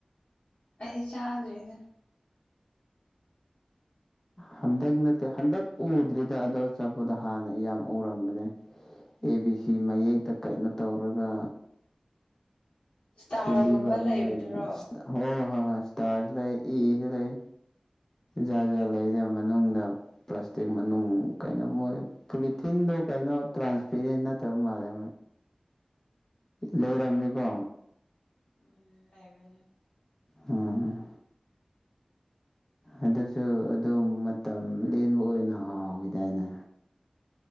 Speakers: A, on the left (about 65°); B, on the left (about 20°).
A: ꯀꯗꯤ ꯆꯥꯖꯔꯤꯗ
B: ꯍꯟꯗꯛ ꯅꯠꯇꯦ ꯍꯟꯗꯛ ꯎꯗ꯭ꯔꯤꯗ ꯑꯗ ꯆꯠꯄꯗꯣ ꯍꯥꯟꯅ ꯌꯥꯝ ꯎꯔꯝꯕꯅꯦ ꯑꯦ ꯕꯤ ꯁꯤ ꯃꯌꯦꯛꯇ ꯀꯟꯅꯣ ꯇꯧꯔꯒ
A: ꯏꯁꯇꯥꯔꯒꯨꯝꯕ
B: ꯁꯦꯝꯕꯤꯕ ꯑꯃ
A: ꯂꯩꯕꯗꯨꯔꯣ
B: ꯂꯩꯕꯅꯦ ꯁꯤ ꯍꯣꯏ ꯍ ꯍ ꯍ ꯏꯁꯇꯥꯔꯁꯨ ꯂꯩꯥꯏ ꯏꯁꯨ ꯂꯩ ꯖ ꯂꯩ ꯃꯅꯨꯡꯗ ꯄ꯭ꯂꯥꯁꯇꯤꯛ ꯀꯩꯅꯣ ꯃꯣꯏ ꯄꯣꯂꯤꯊꯤꯟꯗꯣ ꯀꯩꯅꯣ ꯇ꯭ꯔꯥꯟ ꯐꯤꯔꯤꯁ ꯅ ꯇꯧ ꯃꯥꯔꯦ ꯂꯩꯔꯝꯃꯦꯀꯣ
A: ꯎꯝ ꯂꯩꯏꯕꯅꯦ
B: ꯎꯝ ꯑꯗꯨꯁꯨ ꯑꯗꯨꯝ ꯃꯇꯝ ꯂꯦꯟꯕ ꯑꯣꯏꯅ ꯍꯥꯎꯈꯤꯗꯥꯏꯅꯦ